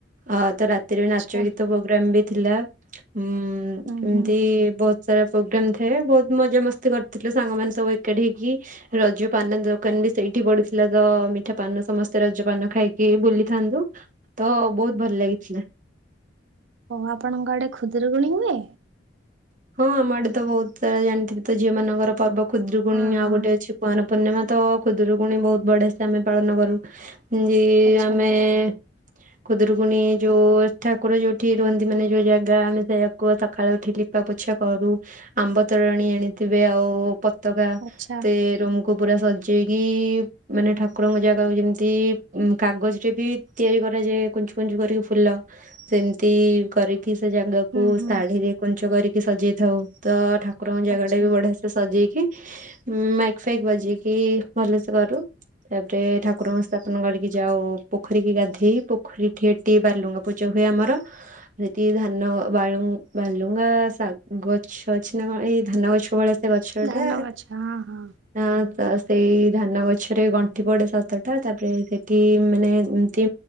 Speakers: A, on the right; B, on the right.
A: ଆ ରା ଏଥିରେ
B: ଆଚ୍ଛା
A: ନାଚ ଗୀତ ପ୍ରୋଗ୍ରାମ ବି ଥିଲା ଉଁ-ଉ-ଉ
B: ହୁଁ
A: ଏମିତି-ଇ-ଇ
B: ହୁଁ
A: ବହୁତ ସାରା ପ୍ରୋଗ୍ରାମ ଥାଏ ବହୁତ ମଜା ମସ୍ତି କରିଥିଲୁ ସାଙ୍ଗ ମାନେ ସବୁ ଏକାଠି ହେଇକି। ରଜ ପାନ ଦୋକାନ ସେଇଠି ପଡିଥିଲା ତ ମିଠା ପାନ ସମସ୍ ତ ରଜପାନ ଖାଇକି ବୁଲିଥାନ୍ତୁ। ତ ବହୁତ ଭଲ ଲାଗିଥିଲା।
B: ହ ଆପଣଙ୍କ ଆଡେ ଖୁଦରୁକୁଣୀ ହୁଏ?
A: ହଁ ଆମ ଆଡେ ତ ବହୁତ ସାରା ଜାଣିଥିବେ ତ ଝିଅ ମାନଙ୍କର ପର୍ବ ଖୁଦୁରୁକୁୁଣୀ
B: ହଁ ହଁ
A: ଆଉ ଗୋଟେ ଅଛି କୁଆର ପୂର୍ଣ୍ଣିମା ତ ଖୁଦୁରୁକୁୁଣି ବହୁତ ବଢିଆ ସେ ଆମେ ପାଳନ କରୁ ଯେ-ଏ-ଏ
B: ଆଚ୍ଛା
A: ଆମେ-ଏ-ଏ ଖୁଦୁରୁକୁୁଣୀ ଯୋଉ ଠାକୁର ଯୋଉଠି ରୁହନ୍ତି ମାନେ ଯୋଉ ଜାଗା ଆମେ ସେଇଆକୁ ସକାଳେ ଉଠିକି ପା ପୋଛା କରୁ ଆମ୍ବ ତରାଣି ଆଣିଥିବେ ଆଉ ପତକା
B: ଆଚ୍ଛା
A: ତେ ରୁମକୁ ପୁରା ସଜେଇକି-ଇ-ଇ-ଇ ମାନେ ଠାକୁରଙ୍କ ଜାଗାକୁ ଯେମିତି ମ କାଗଜରେ ବି ତିଆରି କରା ଏ ଯେ କୁଞ୍ଚୁ କୁଞ୍ଚୁ କରିକି ଫୁଲ ସେମିତି କରି କି ସେ ଯେ ଜାଗାକୁ
B: ହୁଁ ହୁଁ
A: ଶାଢିରେ କୁଞ୍ଚ କରିକି ସଜେଇଥାଉ। ତ ଠା ଠାକୁର ଙ୍କ ଜାଗା
B: ଆଚ୍ଛା।
A: ଟା ବି ବଢିଆ ସେ ସଜେଇକି ମାଇକି ଫାଇକ୍ ବଜେଇକି ଭଲସେ କରୁ। ତାପରେ ଠାକୁରଙ୍କ ସ୍ଥାପନ କରିକି ଯାଉ ପୋଖରି କି ଗାଧେଇ। ପୋଖରି ଠିଏ ଟି ବାର୍ଲୁଙ୍ଗା ପୂଜା ହୁଏ ଆମର ସେଠି ଧାନ ବାଳୁ ବାଲୁ ଙ୍ଗା ଶାଗ ଗଛ ଅଛି ନା କଣ ଏଇ ଧାନ ଗଛ ଭଳିଆ ସେ ଗଛଟା
B: ଧାନ ଗଛ ହଁ ହଁ
A: ଆ ନ୍ତା ଆସ ସେଇ ଧାନ ଗଛରେ ଗଣ୍ଠି ପଡେ ସାତଟା ତା ପରେ ସେଠିମାନେ ଏମତି